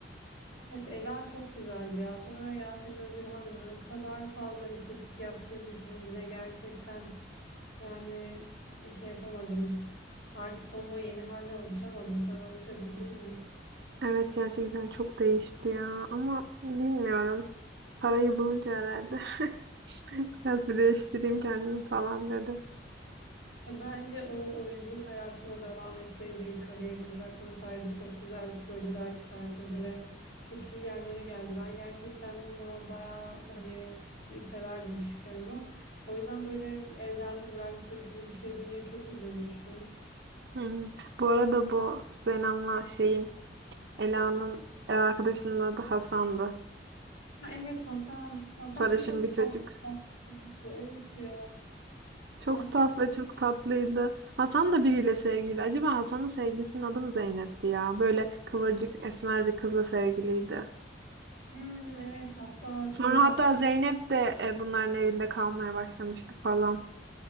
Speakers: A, on the left; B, on the right.
A: Evet Ela çok güzeldi ya. Sonra Yasemin Özülhan ne kadar fazla estetik yaptırdı kendine gerçekten. Yani e, şey yapamadım. Artık onun o yeni haline alışamadım. Sen alışabildin mi?
B: Evet gerçekten çok değişti ya ama bilmiyorum. Parayı bulunca herhalde <laughs> biraz bir değiştireyim kendimi falan dedi.
A: Ya bence o oyunculuk hayatına devam etseydi, kariyerini bırakmasaydı çok güzel projeler çıkartırdı ve çok iyi yerlere geldi. Ben gerçekten ona bayağı hani iyi severdim küçükken onu. O yüzden böyle evlendi bıraktı gibi bir şey duyunca çok üzülmüştüm.
B: Hmm. Bu arada bu Zenan'la şeyin Ela'nın ev arkadaşının adı Hasan'dı.
A: Ha, evet Hasan. Hasan
B: Sarışın
A: çok
B: bir
A: tatlı.
B: çocuk.
A: Evet ya.
B: Çok
A: Hatta
B: saf ve çok tatlıydı. Hasan da biriyle sevgiliydi. Acaba Hasan'ın sevgilisinin adı mı Zeynep'ti ya? Böyle kıvırcık esmer bir kızla sevgiliydi.
A: hmm, evet hatta
B: Sonra
A: kız hasta
B: hatta Zeynep de e, bunların evinde kalmaya başlamıştı falan.